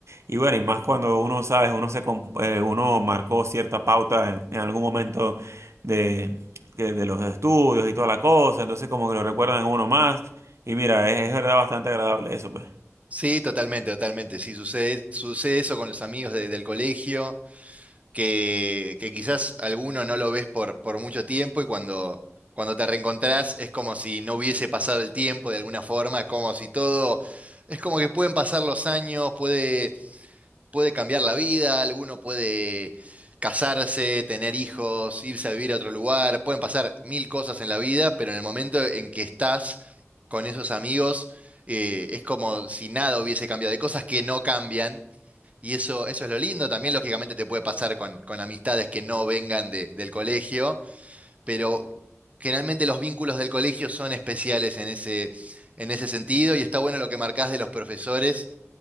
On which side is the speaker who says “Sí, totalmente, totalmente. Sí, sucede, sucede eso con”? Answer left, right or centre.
Right